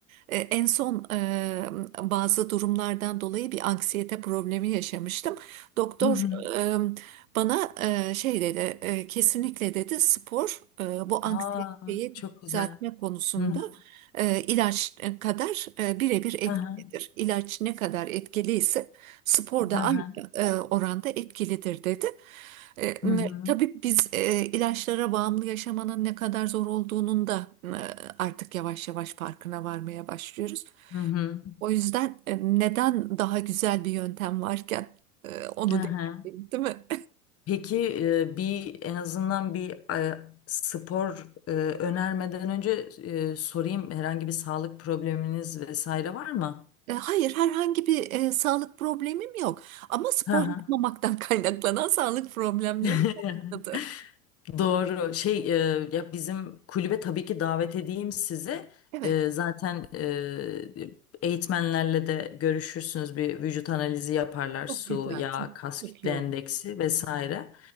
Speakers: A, on the right (about 65°); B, on the left (about 30°).
A: e, en son e, bazı durumlardan dolayı bir anksiyete problemi yaşamıştım. Doktor
B: Hı hı.
A: e, bana e, şey dedi, e, kesinlikle dedi spor e, bu anksiyeteyi
B: Aa, çok güzel.
A: düzeltme konusunda
B: Hı hı.
A: e, ilaç kadar e, birebir etkilidir.
B: Hı hı.
A: İlaç ne kadar etkiliyse spor da
B: Hı hı.
A: aynı e, oranda etkilidir dedi. E, m-
B: Hı hı.
A: tabii biz e, ilaçlara bağımlı yaşamanın ne kadar zor olduğunun da e, artık yavaş yavaş farkına varmaya başlıyoruz.
B: Hı hı.
A: O yüzden e, neden daha güzel bir yöntem varken e, onu
B: Hı hı.
A: deneyimleyeyim, değil mi?
B: Peki e, bir en azından bir e, spor e, önermeden önce e, sorayım herhangi bir sağlık probleminiz vesaire var mı?
A: E, Hayır, herhangi bir e, sağlık problemim yok. Ama spor
B: Hı hı.
A: yapmamaktan <laughs> kaynaklanan sağlık problemlerim
B: <laughs>
A: başladı.
B: Doğru. Şey e, ya bizim kulübe tabii ki davet edeyim sizi.
A: Evet,
B: E, zaten e, eğitmenlerle de görüşürsünüz. Bir vücut analizi yaparlar.
A: çok
B: Su,
A: güzel,
B: yağ,
A: çok
B: kas
A: çok
B: kütle
A: iyi
B: endeksi
A: oldu.
B: vesaire.